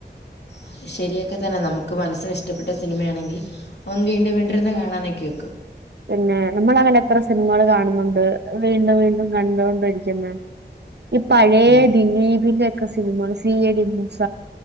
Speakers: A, on the left (about 80°); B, on the right (about 75°).
A: അത് ശരിയൊക്കെ തന്നെ നമുക്ക് മനസ്സിന് ഇഷ്ടപ്പെട്ട സിനിമയാണെങ്കി ഒന്ന് വീണ്ടും വീണ്ടിരുന്ന് കാണാനൊക്കെ ഒക്കും
B: പിന്നെ നമ്മളങ്ങനെ എത്ര സിനിമകള് കാണുന്നൊണ്ട് വീണ്ടും വീണ്ടും കണ്ടൊണ്ടിരിക്കുന്ന
A: <inaudible>
B: ഈ പഴയ
A: ഉം
B: ദിലീപിന്റെക്കെ സിനിമകള് C I D Moosa